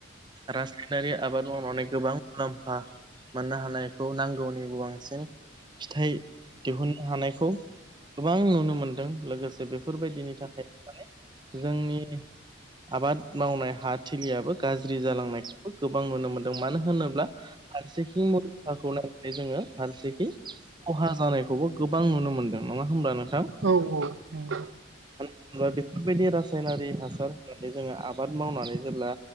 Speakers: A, on the right (about 20°); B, on the right (about 70°).
A: राज नारि आबाद मावनानै गोबां मुलाम्फा मोननो हानायखौ नांगौनि बांसिन फिथाइ दिहुननो हानायखौ गोबां नुनो मोनदों लोगोसे जे बेफोरबायदिनि थाखाय माने जोंनि आबाद मावनाय हा थिलियाबो गाज्रि जालांनायखौ गोबां नुनो मोनदों मानो होनोब्ला फारसेखै मुलमफाखौ नायनानै जोङो फारसेखै खहा जानायखौबो गोबां नुनो मोनदों नङा होमब्ला नोंथां
B: औ औ नंगौ
A: होमबा बेफोरबायदि रासायनारि हासार होनानै जोङो आबाद मावनानै जेब्ला